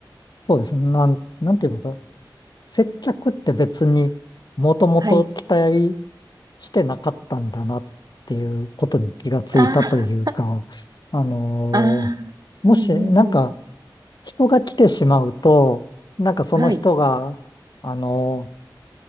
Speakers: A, on the left; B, on the right.
A: そうですね、なん、なんて言いますか、接客って別にもともと期待
B: はい。
A: してなかったんだなっていうことに気がついたというか、
B: あ
A: あのーもし、
B: あ、ああ、うんうんうん。
A: なんか、人が来てしまうと、なんかその人が、
B: はい。
A: あのー